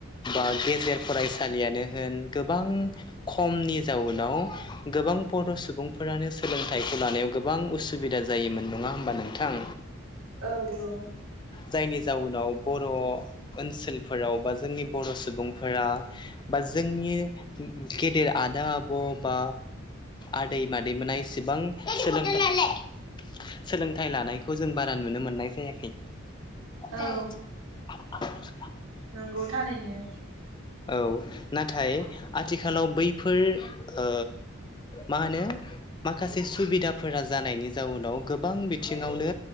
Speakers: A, on the left; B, on the right.
A: बा गेजेर फरायसालियानो होन गोबां खमनि जाउनाव गोबां बद सुबुंफोरानो सोलोंथाइखौ लानायाव गोबां उसुबिदा जायोमोन नङा होमबा नोंथां।
B: औ औ।
A: जायनि जाउनाव बर' ओनसोलफोराव बा जोंनि बर' सुबुंफोरा। बा जोंनि गि गेदेर आदा आब' बा आदै मादै मोननायस सिबां सोलोंथाइ लानायखौ जों बारा नुनो मोननाय जायाखै। <inaudible>
B: औ नंगौ थारैनो।
A: औ नाथाय आथिखालाव बैफोर ओ मा होनो माखासे सुबिदाफ फोरा जानायनि जाउनाव गोबां बिथिङावनो